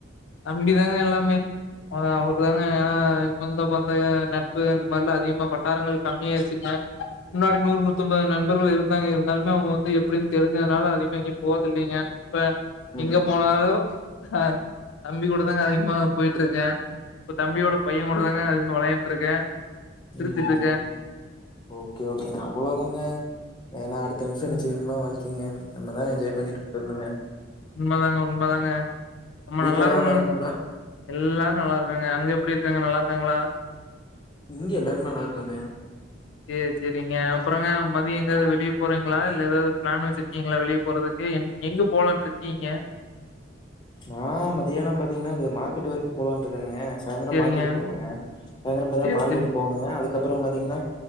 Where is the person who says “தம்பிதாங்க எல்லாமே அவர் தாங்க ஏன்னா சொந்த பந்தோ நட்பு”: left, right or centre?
Left